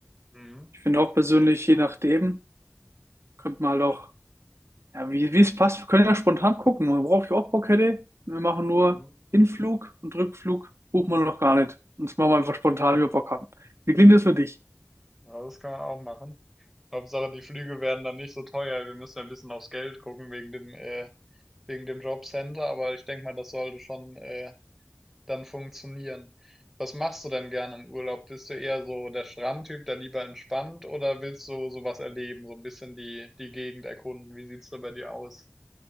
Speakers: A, in the centre; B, on the right.
A: Mhm.
B: Ich finde
A: Gut.
B: auch persönlich, je nachdem, könnte man halt auch Ja, wie, wie es passt, wir können ja spontan gucken, worauf ich auch Bock hätte. Wir machen nur
A: Mhm.
B: Hinflug und Rückflug, buchen wir noch gar nicht. Und das machen wir einfach spontan, wie wir Bock haben. Wie klingt das für dich?
A: Ja, das kann man auch machen. Hauptsache, die Flüge werden dann nicht so teuer. Wir müssen ein bisschen aufs Geld gucken wegen dem, äh, wegen dem Jobcenter, aber ich denke mal, das sollte schon, äh, dann funktionieren. Was machst du denn gerne im Urlaub? Bist du eher so der Strandtyp, der lieber entspannt, oder willst du sowas erleben, so ein bisschen die, die Gegend erkunden? Wie sieht's da bei dir aus?